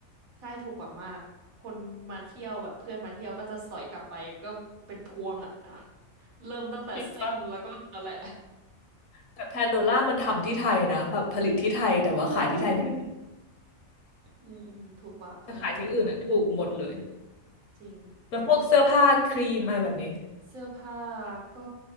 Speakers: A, on the right; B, on the left.
A: ใช่ ถูกกว่ามาก คนมาเที่ยวแบบเพื่อนมาเที่ยวก็จะสอยกลับไปก็เป็นพวงอ่ะอะเริ่มตั้งแต่เส้นแล้วก็นั่นแหละ
B: จริงปะแต่แพนโดล่ามันทำที่ไทยนะแบบผลิตที่ไทยแต่ว่าขายที่ไทยแพง
A: เออ ไม่รู้อืมอืมถูกกว่าประมาณหลักพัน
B: ถ้าขายที่อื่นอ่ะถูกหมดเลย
A: จริง
B: แล้วพวกเสื้อผ้าครีมอะไรแบบนี้
A: เสื้อผ้าก็